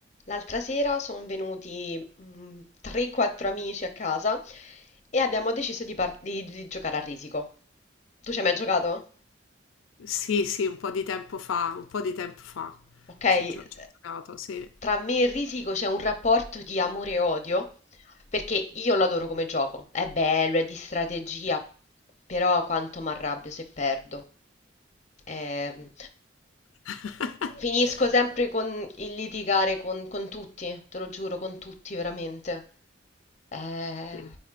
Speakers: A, on the left (about 35°); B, on the left (about 85°).
A: L'altra sera sono venuti 3-4 amici a casa e abbiamo deciso di, par- di- di giocare a risico. Tu ci hai mai giocato?
B: Sì, sì, un po' di tempo fa, un po' di tempo fa.
A: Ok, eh,
B: Ci gio ci ho giocato, sì.
A: tra me e Risico c'è un rapporto di amore e odio, perché io lo adoro come gioco, è bello, è di strategia, però quanto mi arrabbio se perdo. Ehm,
B: <laughs>
A: finisco sempre con il litigare con, con tutti, te lo giuro, con tutti veramente. Eh,
B: Sì.